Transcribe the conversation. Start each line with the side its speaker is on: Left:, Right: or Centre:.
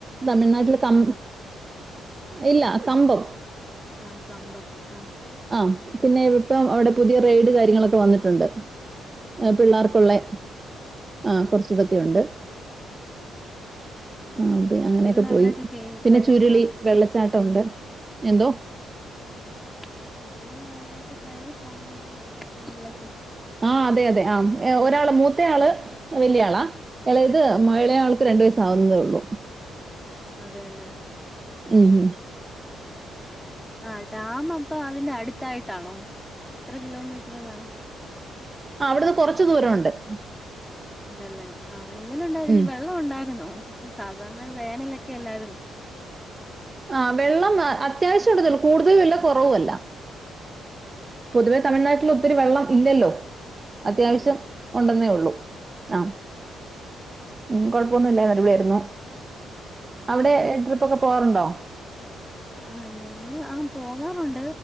Right: തമിഴ്നാട്ടില് കം ഇല്ല കമ്പം
Centre: ആഹ് കമ്പത്ത് ആഹ്
Right: ആഹ് പിന്നെ ഇപ്പം അവിടെ പുതിയ റെയ്ഡ് കാര്യങ്ങളൊക്കെ വന്ന്ട്ടുണ്ട് ഏഹ് പിള്ളാർക്കുള്ളെ
Centre: അതെല്ലേ
Right: ആഹ്
Centre: ആ
Right: കൊർച്ച് ഇതൊക്കെയുണ്ട്
Centre: ആ
Right: ആഹ് പിന്നെ അങ്ങനെയൊക്കെ
Centre: കുട്ടികൾ അവിടെയൊക്കെ
Right: പോയി
Centre: കേ
Right: പിന്നെ
Centre: കയറി
Right: ചുരുളി
Centre: കാണും
Right: വെള്ളച്ചാട്ട ഉണ്ട് എന്തോ
Centre: ആഹ് കുട്ടികള് അവിടെക്കെ കയറി കാണുഒല്ലോ കൊറെ ഇത്പോലുള്ളഹ് ഒക്കെ
Right: ആഹ് അതെ അതെ ആഹ് ഏഹ് ഒരാള് മൂത്ത ആള് വല്ല്യ ആളാ എളേത് മ എളേ ആൾക്ക് രണ്ടു വയസ്സ് ആക്ന്നതെ ഒള്ളൂ
Centre: അതെല്ലെ
Right: ഉം ഉം
Centre: ആഹ് ഡാമപ്പ അതിന്റെ അട്ത്തായിട്ടാണോ എത്ര കിലോമീറ്ററ് കാണും
Right: ആഹ് അവ്ട്ന്ന് കൊറച്ച് ദൂര ഉണ്ട് ഉം
Centre: ഉണ്ടല്ലേ ആഹ് എങ്ങനെ ഉണ്ടായിരുന്നു
Right: ഉം
Centre: വെള്ളം ഉണ്ടായിരുന്നോ സാധാരണ വേനലെക്കെ എല്ലായ്ര്ന്നോ
Right: ആഹ് വെള്ളം അത്യാവശ്യം ഉണ്ട്ന്നെ ഒള്ളു കൂട്തലു അല്ല കൊറവു അല്ല. പൊതുവെ തമിഴ്നാട്ടിൽ ഒത്തിരി വെള്ളം ഇല്ലല്ലോ അത്യാവശ്യം
Centre: അതെ അതെ
Right: ഒണ്ടെന്നേ ഒള്ളൂ ആഹ് ഉം കൊഴപ്പൊന്നു
Centre: ആഹ്
Right: ഇല്ലാര്ന്ന് അടിപൊളി ആയ്രുന്നു അവിടെ ട്രിപ്പ് ഒക്കെ പോവാറ്ണ്ടോ
Centre: ആഹ് ഞങ്ങള് ആഹ് പോകാറൊണ്ട്